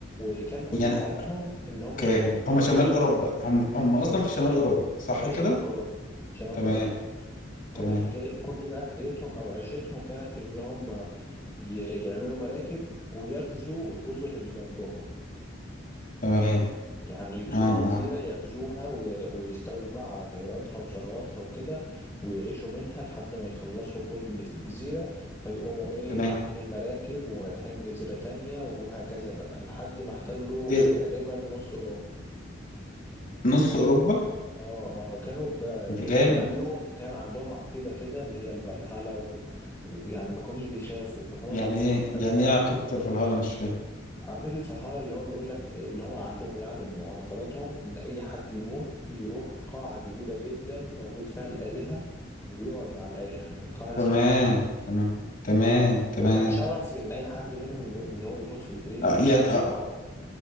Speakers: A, on the left; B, on the left.
A: وكان كل
B: يعني
A: حياتهم إن هما
B: اوكي
A: يدخلوا ح-
B: هم شمال اوروبا هم هم اصلا في شمال اوروبا صح
A: اه
B: كده
A: شمال أوروبا شمال
B: تمام
A: أوروبا كل
B: تمام
A: حكاية كل بقى حكايتهم أو عيشتهم كانت إن هما ي... يعملوا مراكب ويغزوا الجزر اللي جنبهم
B: تمام
A: يعني يدخلوا
B: اه اه
A: جزيرة يغزوها وي- ويستولوا بقى على خيراتها وثرواتها وكده ويعيشوا منها لحد ما يخلصوا كل اللي في الجزيرة فيقوموا ايه
B: تمام
A: عاملين مراكب ورايحين جزيرة تانية وهكذا بقى لحد ما احتلوا
B: ايه
A: تقريبا نص أوروبا
B: نص اوروبا
A: اه اه كانوا ب...
B: ده جامد
A: لأنهم كان عندهم عقيدة كده اللي هي الفالهالا و- ويعني ما كانوش بيخافوا فكانوا
B: يعني
A: بيهزموا
B: ايه يعني
A: أي عدو
B: ايه عقيدة الفلهلة مش فاهم
A: عقيدة الفلاحة اللي هو بيقول لك اللي هم عندهم يعني من معتقداتهم إن أي حد يموت بيروح قاعة كبيرة جدا موجود فيها الآلهة وبيقعد مع الآلهة القاعة دي
B: تمام
A: اسمها
B: تمام تمام تمام
A: فكان شرف إن أي حد منهم يموت إن هو يموت في الإيه
B: آه
A: في
B: يعني
A: ال-
B: آه،
A: في الحرب